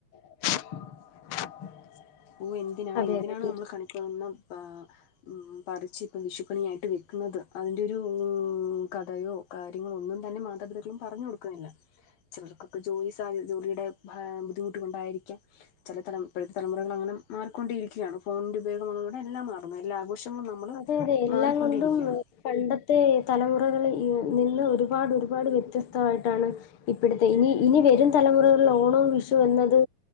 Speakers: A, on the left; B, on the left.
A: <inaudible>
B: പൂ എന്തിനാണ്
A: അതെ
B: എന്തിനാണ്
A: അതെ തീർച്ചയായും
B: നമ്മള് കണിക്കൊന ആ പറിച്ച് ഇപ്പ വിഷുപ്പണിയായിട്ട് വെക്കുന്നത്. അതിന്റെ ഒരു കഥയോ കാര്യങ്ങളോ ഒന്നും തന്നെ മാതാപിതാക്കളും പറഞ്ഞു കൊടുക്കുന്നില്ല. ചിലർക്കൊക്കെ ജോലി സാധ്യ ജോലിയുടെ ബുദ്ധിമുട്ട് കൊണ്ടായിരിക്കാം. ചില തലം തലമു അങ്ങനെ മാറിക്കൊണ്ടരിക്കയാണ്. ഫോണിന്റെ ഉപയോഗം വന്നതോടെ എല്ലാം മാറുന്നു എല്ലാ ആഘോ <unintelligible> നമ്മള്
A: അതെ അതെ എല്ലാം
B: മാറിക്കൊണ്ടിരിക്കുകയാണ്.
A: കൊണ്ടും പണ്ടത്തെ തലമുറകൾ നിന്ന് ഒരുപാട് ഒരുപാട് വ്യത്യസ്തമായിട്ടാണ്. ഇപ്പോഴത്തെ ഇനി ഇനി വരും തലമുറകളില് ഓണോമ്, വിഷു എന്നത്.